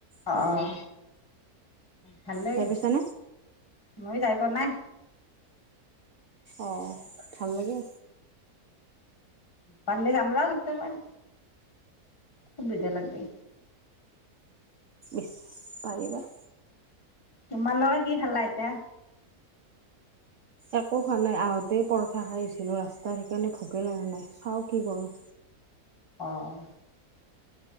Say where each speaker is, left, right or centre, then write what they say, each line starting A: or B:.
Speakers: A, on the left; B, on the right.
A: অ
B: তাতে।
A: অ ভালেই।
B: যাই পাইছানে?
A: মই যাই পোৱা নাই।
B: অ ভাল লাগে
A: পাৰিলে যাম ৰ কেতিয়াবা সুবিধা লাগিবই
B: ইচ পাৰিবা।
A: তোমাৰ লোকে কি খালা এতিয়া?
B: একো খোৱা নাই আহোঁতেই পৰঠা খাই আহিছিলো ৰাস্তাত সেইকাৰণে ভোকে লাগে নাই চাও কি কৰো
A: অ